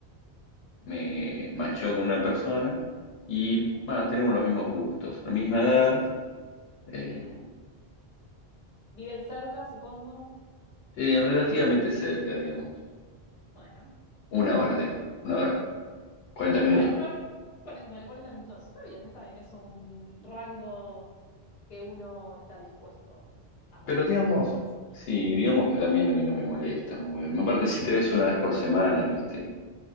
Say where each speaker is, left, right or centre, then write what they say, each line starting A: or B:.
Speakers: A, on the left; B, on the left.
A: me machó con una persona y
B: sí.
A: bueno, tenemos los mismos gustos, la misma edad, eh,
B: Bien. ¿Viven cerca, supongo?
A: eh, relativamente
B: ¿O no?
A: cerca, digamos,
B: Bueno.
A: una hora, digamos, una hora, 40 minutos.
B: Bueno, una hora- cuare- bueno, 40 minutos. Está bien, está bien. Es un rango que uno está dispuesto a moverse
A: Pero digamos,
B: para conocer.
A: sí, digamos que también a mí no me molesta moverme. Aparte, si te ves una vez por semana, viste,